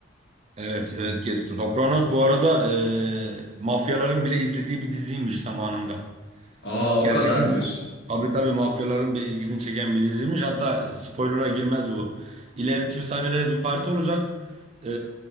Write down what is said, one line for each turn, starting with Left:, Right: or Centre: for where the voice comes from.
Right: Evet evet Getsu. Sopranos bu arada e, mafyaların bile izlediği bir diziymiş zamanında.
Left: Aa
Right: Gerçekten
Left: o kadar
Right: mi?
Left: diyorsun.
Right: tabii tabii mafyaların bile ilgisini çeken bir diziymiş. Hatta e, spoiler'a girmez bu. İleriki sahnelerde bir parti olacak. E,